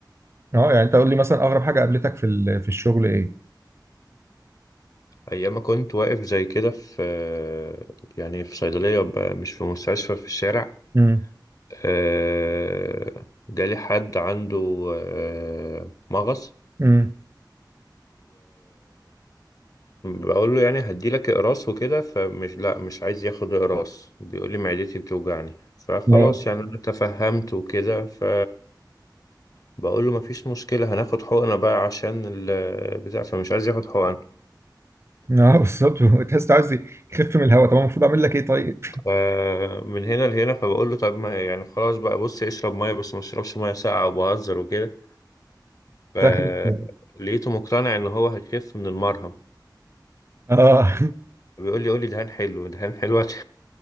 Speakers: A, on the right; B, on the left.
A: اه يعني انت قول لي مثلا اغرب حاجه قابلتك في ال- في الشغل ايه
B: ايام ما كنت واقف زي كده في آه، يعني في صيدلية بقى مش في مستشفى في الشارع
A: امم
B: آه، جالي حد عنده آه، مغص
A: امم
B: بقول له يعني هدي لك اقراص وكده فمش لا مش عايز ياخد اقراص بيقول لي معدتي بتوجعني فخلاص
A: اه
B: يعني انا تفهمت وكده ف بقول له مفيش مشكلة هناخد حقنة بقى عشان البتاع فمش عايز ياخد حقن
A: اه بالظبط <laughs> تحس عايز يخف من الهواء طب أنا المفروض اعمل لك ايه طيب
B: فمن هنا لهنا فبقول له طب ما يعني خلاص بقى بص اشرب مية بس ما اشربش مية ساقعة وبهزر وكده فلقيته
A: <laughs> لا خلاص.
B: مقتنع ان هو هيخف من المرهم
A: اه <laughs>
B: بيقول لي قول لي دهان حلو دهان حلو هت-